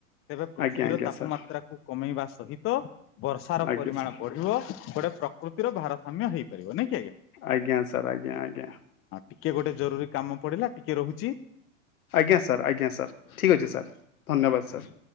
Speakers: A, on the left (about 30°); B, on the left (about 75°).
A: ତେବେ ପୃଥିବୀର
B: ଆଜ୍ଞା ଆଜ୍ଞା
A: ତାପମାତ୍ରାକୁ
B: ସାର୍
A: କମେଇବା ସହିତ। ତ ବର୍ଷାର
B: ଆଜ୍ଞା
A: ପରିମାଣ
B: ସାର୍
A: ବଢିବ ଗୋଟେ ପ୍ରକୃତିର ଭାରସାମ୍ୟ ହେଇପ। ପାରିବା ନାହିଁ।
B: ଆଜ୍ଞା ସ ଆଜ୍ଞା ଆଜ୍ଞା
A: ଟିକେ ଗୋଟେ ଜରୁରୀ କାମ ପଡିଲା ଟିକେ ରହୁଛି।
B: ଆଜ୍ଞା ସାର୍ ଆଜ୍ଞା ସାର୍ ଠିକ ଅଛି ସାର୍ ଧନ୍ୟବାଦ ସାର୍।